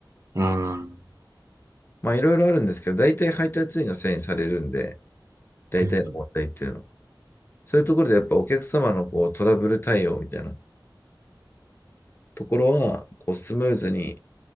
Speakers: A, on the right; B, on the left.
A: ああうん
B: まあいろいろあるんですけど、大体配達員のせいにされるんで、大体の問題っていうのは。
A: うん
B: そういうところでやっぱお客様のこうトラブル対応みたいなところは、こうスムーズに